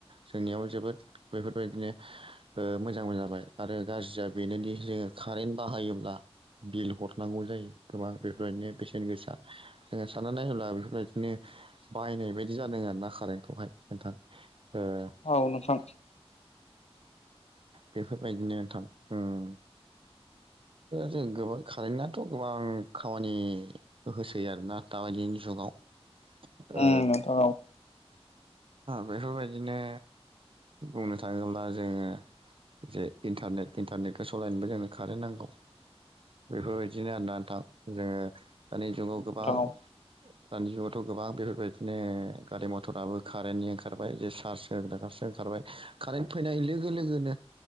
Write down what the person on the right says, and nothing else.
जोंनियाव जोबोद बेफोरबायदिनो ओ मोजांबो जाबाय आरो गाज्रिया बेनोदि जोङो कारेन्ट बाहायोब्ला बिल हरनांगौ जायो गोबां बेफोरबायदिनो बेसेन गोसा जोङो साननानै नायोब्ला बेफोरबायदिनो बायनाय बायदि जादों आरो ना कारेन्टखौहाय नोंथां ओ
बेफोरबायदिनो नोंथां उम जों गोबां कारेन्टनाथ गोबां खामानि होसै आरोना दाबायदिनि जुगाव ओ
बेफोरबायदिनो बुंनो थाङोब्ला जोङो जे इन्टारनेट इन्टारनेटखो सलायनोबो जोंनो कारेन्ट नांगौ बेफोरबायदिनो आरोना नोंथां जोङो दानि जुगाव गोबां
दानि जुगावथ गोबां बेफोरबायदिनो गारि मथराबो कारेन्टनि ओंखारबाय जे चार्ज होग्रारसो ओंखारबाय कारेन्ट फैनाय लोगो लोगोनो